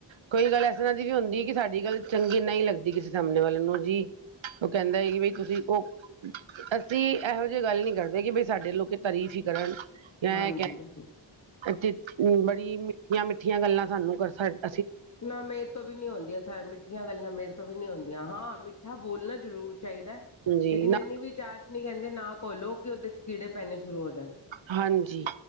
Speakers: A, on the right; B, on the left.
A: ਕੋਈ ਗੱਲ ਇਸ ਤਰ੍ਹਾਂ ਦੀ ਵੀ ਹੁੰਦੀ ਕਿ ਸਾਡੀ ਗੱਲ ਚੰਗੀ ਨਹੀਂ ਲੱਗਦੀ ਕਿਸੇ ਸਾਹਮਣੇ ਵਾਲੇ ਨੂੰ ਜੀ। ਉਹ ਕਹਿੰਦਾ ਐ ਕੀ ਵੀ ਤੁਸੀਂ ਓ, ਅਸੀਂ ਇਹੋ ਜਿਹੀ ਗੱਲ ਨੀ ਕਰਦੇ ਕਿ ਬਈ ਸਾਡੇ ਲੋਕ ਤਾਰੀਫ਼ ਹੀ ਕਰਨ। ਇਹ
B: ਹਾਂਜੀ
A: ਕ ਤੇ ਬੜੀ ਮਿੱਠੀਆਂ-ਮਿੱਠੀਆਂ ਗੱਲਾਂ ਸਾਨੂੰ ਕਰ ਸਕ
B: ਨਾ ਮੇ, ਰੇ ਤੋਂ ਵੀ ਨਹੀਂ ਹੁੰਦੀਆਂ ਸ ਮਿੱਠੀਆਂ ਗੱਲਾਂ ਮੇਰੇ ਤੋਂ ਵੀ ਨਹੀਂ ਹੁੰਦੀਆਂ ਹਾਂ ਮਿੱਠਾ ਬੋਲਣਾ ਜ਼ਰੂਰ ਚਾਹੀਦਾ।
A: ਹਾਂਜੀ
B: ਲੇਕਿਨ
A: ਨਾ
B: ਐਨੀ ਵੀ ਚਾਸ਼ਨੀ ਕਹਿੰਦੇ ਨਾ ਘੋਲੋ ਕਿ ਉਹਦੇ ਚ ਕੀੜੇ ਪੈਣੇ ਸ਼ੁਰੂ ਹੋ ਜਾਣ।
A: ਹਾਂਜੀ,